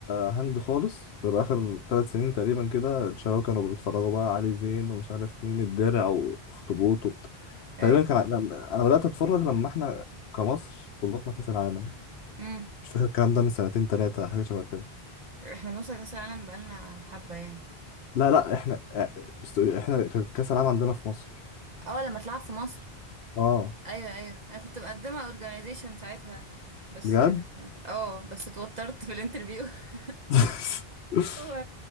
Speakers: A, on the left; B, on the right.
A: هند خالص غير اخر ثلاث سنين تقريبا كده الشباب كانوا بيتفرجوا بقى علي زين ومش عارف مين الدرع واخطبوط وبت...
B: أيوه
A: تقريبا كان لما- انا بدات اتفرج لما احنا كمصر استضفنا كاس العالم
B: امم
A: مش فاكر الكلام ده من سنتين ثلاثه حاجه شبه كده
B: احنا بنوصل كأس العالم بقالنا حبة يعني
A: لا لا احنا است- احنا كانت كاس العالم عندنا في مصر
B: اه لما تلعب في مصر
A: اه
B: أيوه أيوه أنا كنت مقدمة organization ساعتها بس
A: بجد
B: اه بس اتوترت في الانترفيو <laughs>
A: <laughs>
B: و...